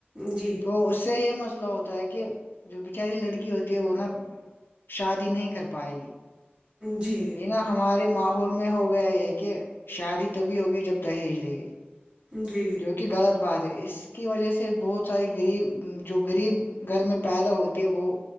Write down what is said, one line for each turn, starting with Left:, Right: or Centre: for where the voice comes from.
Right: جی
Left: تو اس سے یہ مسئلہ ہوتا ہے کہ جو بچاری لڑکی ہوتی ہے وہ نا شادی نہیں کر پائے گی
Right: جی
Left: یہ نا ہمارے ماحول میں ہو گیا یہ کہ شادی تبھی ہوگی جب دہیج دے گی
Right: جی
Left: کیونکہ غلط بات ہے اس کی وجہ سے بہت ساری غریب جو غریب گھر میں پیدا ہوتی ہے وہ